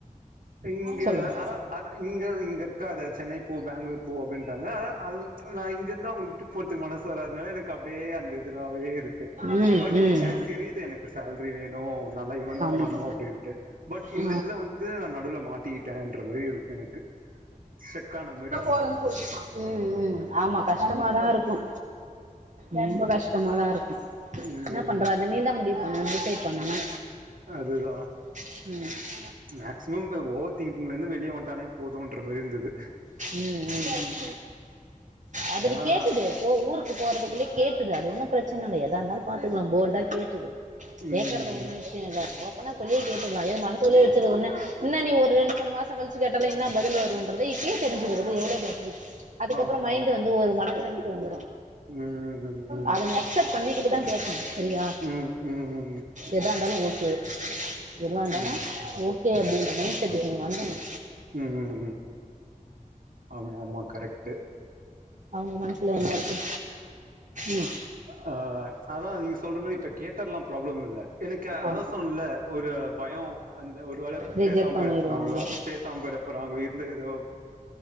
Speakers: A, on the right; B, on the right.
A: இங்க
B: சொல்லுங்க
A: அதா அதா இங்க இங்க இருக்காத சென்னை போ பங்ளூர் போ அப்டின்றாங்க அனா அது நா இங்க இருந்தா அவுங்களுக்கு விட்டு போறதுக்கு மனசு வராத்னால எனக்கு அப்டியே அந்த இது ராவே இருக்கு
B: ம்
A: பட்
B: ம்
A: எனக்கு தெரியுது எனக்கு சேல்ரி வேணு நல்லா யேன்
B: ஆமா
A: பண்ணனு அப்டின்ட்டு பட்
B: ஆ
A: இந்த இதுல வந்து ந டுல மாட்டிக்கிட்டன்ற மாரி இருக்கு எனக்கு செக்கான மாரி
B: கொரங்கு போச்சா ம் ம் ஆமா கஷ்டமாதா இருக்கு ரொம்ப கஷ்டமா தா இருக்கு
A: ம்
B: என்ன பண்ற அத நீந் தா முடிவு பண்ணணு டிசைட் பண்ணணு
A: அதுதா
B: ம்
A: மேக்சிமம் ஓவர் திங்கிங்லந்து வெளிய வன்ட்டாலே போதுன்ற மாரி இருந்தது
B: ம் ம் அத
A: ஏன்னா
B: நீ கேட்டூடு இப்ப ஊருக் கு போறதுக்குள்ள கேட்டுடு அது ஒன்னு பிரச்சன இல்ல ஏதா இந்தாலு பாத்துக்லா போல்டா கேட்டுடு கேக்கறது
A: ம்
B: ஒன்னு சன இல்ல ஓப்பனா சொல்லியே கேட்டர்லா ஏது மனசுகுள்யே வச்சது ஒன்னு இன்ன நீ ஒரு ரெண்டு மூண் மாசோ கழிச்சி கேட்டாலு என்னா பதிலு வருன் இப்பேயே தெரிஞ்சிக்கிறது எவ்ளோ பெட்டர் அதுக்கப்றோ
A: ஆமா
B: மைண்ட் வந்து ஒரு மன நெலமைக்கு வந்துரு
A: ம் ம் ம்
B: அத நீ அக்சப்ட் பண்ணிக்கிட்டு தா கேக்கனு செரியா
A: ம் ம் ம்
B: எதாந்தாலு ஓகே எதுவாந்தாலு
A: ம்
B: ஓ கே அப்டின்றத மைண்ட் செட்டுக்கு நீ வந்துர்னு
A: ம் ம் ம் ஆமா ஆமா கரெக்ட்டு
B: அவுங்க மனசுல என்ன இருக்கு ம்
A: ஆ அதா நீங்க சொல்ற மாரி இப்ப கேட்டர்லா ப்ராப்ளம் இல்ல எனக்கு
B: ஆ
A: அதா சொன்ல்ல ஒரு பயோ அந்த ஒரு அளவு
B: ரிஜெக்ட்
A: பேசாம
B: பண்ணிடுவாங்க
A: போய்ட போறாங்களோ பேசாம போய்ட போறாங்களோ இருந்தது எதோ